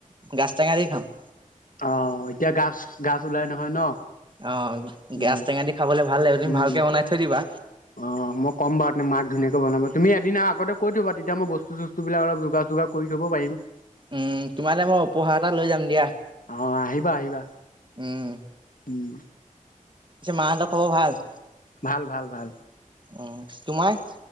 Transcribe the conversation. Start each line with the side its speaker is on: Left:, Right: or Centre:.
Right: গাজ টেঙা দি খাম।
Left: অ', এতিয়া গাছ, গাছ ওলাই নহয় ন'।
Right: অ'
Left: উম
Right: গাছ টেঙা দি খাবলৈ ভাল লাগিব, তুমি
Left: উম
Right: ভালকে বনাই থৈ দিবা।
Left: অ', মই ক'ম বাৰু মাক ধুনীয়াকে বনাব, তুমি এদিনৰ আগতে কৈ থ'বা, তেতিয়া মই বস্তু চস্তুবিলাক অলপ যুগৰ চুগাৰ কৰি থ'ব পাৰিম।
Right: উম, তোমালে মই উপহাৰ এটা লৈ যাম দিয়া।
Left: অ' আহিবা-আহিবা।
Right: উম।
Left: উম।
Right: পিছে, মাহতৰ খবৰ ভাল।
Left: ভাল ভাল- ভাল।
Right: অ' তোমাৰ?